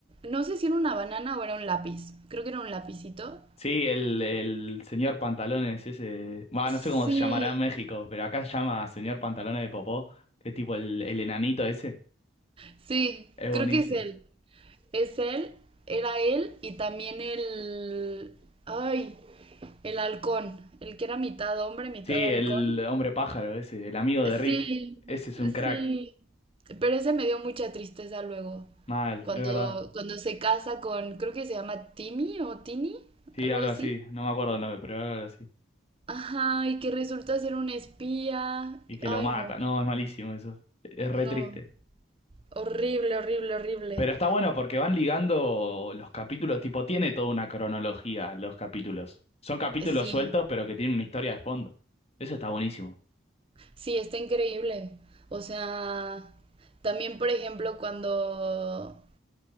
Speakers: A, on the right (about 30°); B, on the left (about 35°).
A: no sé si era una banana o era un lápiz. Creo que era un lapicito.
B: Sí, el, el señor Pantalones, ese. Va, no sé
A: Sí,
B: cómo se llamará en México, pero acá se llama señor Pantalones de Popó, que es tipo el, el enanito ese.
A: sí,
B: Es
A: creo
B: buenísimo.
A: que es él. Es él, era él y también el, ay, el halcón, el que era mitad hombre, mitad
B: Sí,
A: halcón.
B: el hombre pájaro ese, el amigo de
A: Sí,
B: Rick. Ese es un crack.
A: sí, pero ese me dio mucha tristeza luego,
B: Mal,
A: cuando,
B: es verdad.
A: cuando se casa con, creo que se llama Timmy o Tini,
B: Sí,
A: algo
B: algo
A: así.
B: así. No me acuerdo el nombre, pero era algo así.
A: Ajá, y que resulta ser un espía.
B: Y que
A: Ay,
B: lo mata.
A: no,
B: No, es malísimo eso. Es
A: no,
B: re triste.
A: horrible, horrible, horrible.
B: Pero está bueno porque van ligando los capítulos, tipo, tiene toda una cronología los capítulos. Son capítulos
A: Sí,
B: sueltos, pero que tienen una historia de fondo. Eso está buenísimo.
A: sí, está increíble. O sea, también, por ejemplo, cuando,